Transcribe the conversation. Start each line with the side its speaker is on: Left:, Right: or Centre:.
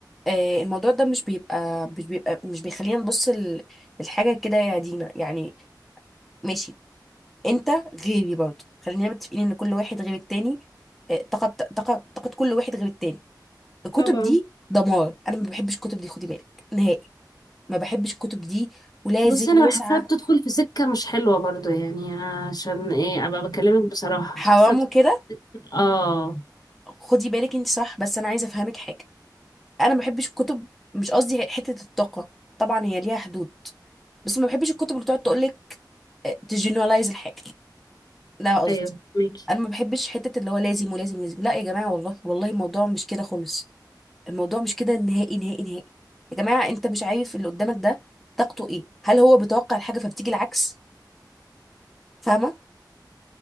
Centre: آه الموضوع ده مش بيبقى مش بيبقى مش بيخلينا نبص ال- الحاجه كده يا دينا يعني ماشي انت غيري برضه خلينا متفقين ان كل واحد غير التاني آه، طاقه بت- طاقه طاقه كل واحد غير التاني الكتب
Left: طبعا
Centre: دي دمار انا ما بحبش الكتب دي خدي بالك نهائي ما بحبش الكتب دي ولازم
Left: بصي انا
Centre: وسعه
Left: بحسها بتدخل في سكة مش حلوة برضو يعني عشان ايه ابقى بكلمك بصراحة
Centre: حرام
Left: حسها بت...
Centre: وكده
Left: اه
Centre: خدي بالك انت صح بس انا عايزه افهمك حاجه انا ما بحبش الكتب مش قصدي حته الطاقه طبعا هي ليها حدود بس ما بحبش الكتب اللي تقعد تقول لك تجنرالايز الحاجه لا قصدي
Left: ايوه ميكي
Centre: انا ما بحبش حته اللي هو لازم ولازم ولازم لا يا جماعه والله والله الموضوع مش كده خالص الموضوع مش كده نهائي نهائي نهائي يا جماعه انت مش عارف اللي قدامك ده طاقته ايه هل هو بيتوقع الحاجه فبتيجي العكس فاهمه